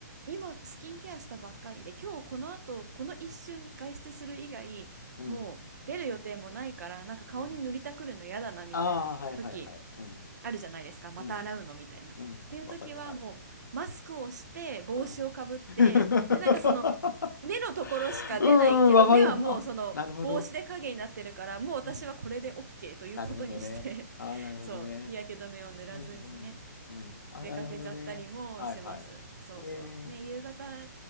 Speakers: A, on the right (about 65°); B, on the left (about 85°).
A: 今スキンケアしたばっかりで今日この後この一瞬外出する以外もう出る予定もないからなんか顔に塗りたくるの嫌だなみたいな時
B: うん、うん。ああ、はいはいはい。うん、
A: あるじゃないですかまた洗うのみたいな。
B: うん、
A: っていう時はもうマスクをして帽子をかぶってでなんかその
B: うん。わかるわかる。うん。<laughs>
A: 目のところしか出ないけど目はもうその帽子で影になってるからもう私はこれで
B: うん、わかる。あ、なるほど。うん。
A: OK ということにして
B: なるほどね。
A: <laughs>
B: ああ、なるほどね。
A: そう日焼け止めを塗らずにね
B: うんうん。うん。あ、
A: 出かけちゃったりもします。
B: なるほどね。はいはい。
A: そうそう。
B: え
A: ね、夕方、